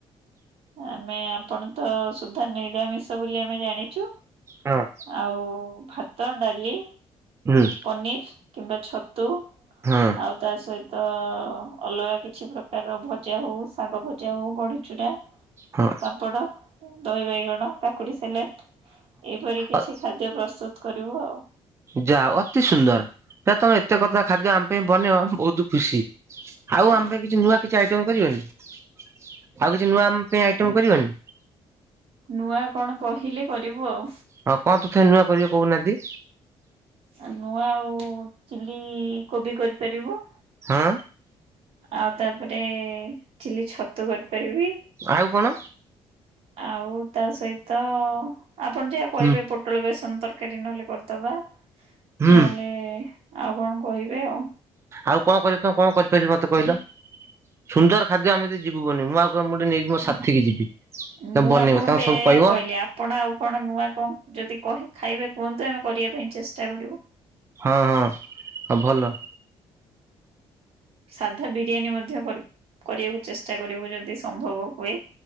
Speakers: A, on the right; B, on the right.
A: ଆମେ ଆପଣ ତ ସୁଧା ନିରାମିଷ ବୋଲି ଆମେ ଜାଣିଛୁ।
B: ହଁ
A: ଆଉ ଭାତ ଡାଲି।
B: ହୁଁ
A: ପନିର କିମ୍ବା ଛତୁ
B: ହଁ
A: ଆଉ। ତା ସହିତ ଅଲଗା କିଛି ପ୍ରକାରର ଭଜା ହଉ ଶାଗ ଭଜା ହଉ ବଢି ଚୂୁରା।
B: ହଁ
A: ପାମ୍ପଡ ଦହି ବାଇଗଣ କାକୁଡି ସାଲାଟ୍। ଏହିପରି
B: ହଁ
A: କିଛି ଖାଦ୍ୟ ପ୍ରସ୍ତୁତ କରିବୁ ଆଉ।
B: ଯା ହଉ ଅତି ସୁନ୍ଦର ଯଦି ତମେ ଏତେ କଥା ଖାଦ୍ୟ ଆମ ପାଇଁ ବନେଇବ ଆମେ ବହୁତ ଖୁସି। ଆଉ ଆମ ପାଇଁ କିଛି ନୂଆ କିଛି ଆଇଟମ କରିବନି ଆଉ କିଛି ନୂଆ ଆମ ପାଇଁ ଆଇଟମ କରିବନି।
A: ନୂଆ କଣ କହିଲେ କରିବୁ ଆଉ।
B: ହଁ କଁ ତଥାପି ନୂଆ କରିବେ କହୁନାହାନ୍ତି।
A: ଆ ନୂଆ ଆଉ ଚିଲି କୋବି କରିପାରିବୁ।
B: ହଁ।
A: ଆଉ ତାପରେ ଚିଲି ଛତୁ କରିପାରିବି।
B: ଆଉ କଣ‌।
A: ଆଉ ତା ସହିତ ଆପଣ ଯାହା କହିବେ
B: ହୁଁ
A: ପୋ ପୋଟଳ ବେସନ ତରକାରୀ ନହେଲେ କରିଦବା
B: ହୁଁ
A: ନହେଲେ ଆଉ କଣ କହିବେ ଆଉ।
B: ଆଉ କଁ କରିବେ ତମେ କଁ କରିପାରିବ ମତେ କହିଲ। ସୁନ୍ଦର ଖାଦ୍ୟ ଅମେ ଜଦି ଯିବୁ ବନେଇବ ମୁଁ ଆଉ କାହାକୁ ମୁଁ ଟିକେ ନେଇକି ମୋ ସାଥିି କି ଯିବି। ତମେ
A: ମୁଁ
B: ବନେଇବ
A: ଆପଣଙ୍କୁ
B: ତାଙ୍କୁ
A: ଏୟା
B: ସବୁ
A: ଏୟା
B: କହିବ
A: କହିଲି ଆପ ଆପଣ ଆଉ କଣ ନୂଆ କଣ ଯଦି କହି ଖାଇବେ କୁହନ୍ତେ ଆମେ କରିବା ପାଇଁ ଚେଷ୍ଟା କରିବୁ।
B: ହଁ ହଁ ଆଉ ଭଲ।
A: ସାଧା ବିରିୟାନୀ ମଧ୍ୟ କରି କରିବାକୁ ଚେଷ୍ଟା କରିବୁ ଯଦି ସମ୍ଭବ ହୁଏ।